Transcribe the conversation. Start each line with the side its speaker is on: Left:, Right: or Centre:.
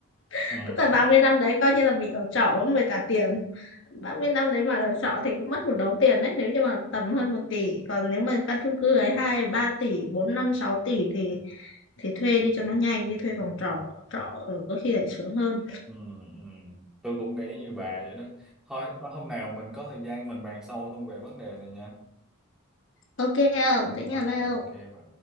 Left: <laughs>
Centre: ừ
Left: Tức là 30 năm đấy coi như là mình ở trọ không phải trả tiền. ba mươi năm đấy mà ở trọ thì cũng mất một đống tiền đấy. Nếu như mà tầm hơn một tỷ. Còn nếu mà căn chung cư ấy 2 3 tỷ, 4 5 6 tỷ thì thì thuê đi cho nó nhanh. Đi thuê phòng trọ. Trọ ở có khi lại sướng hơn.
Centre: ừ ừ. tôi cũng nghĩ như bà vậy đó thôi hôm nào mình có thời gian mình bàn sâu hơn về vấn đề này nha
Left: Ok không? Thế nhà
Centre: rồi
Left: bao?
Centre: ok bà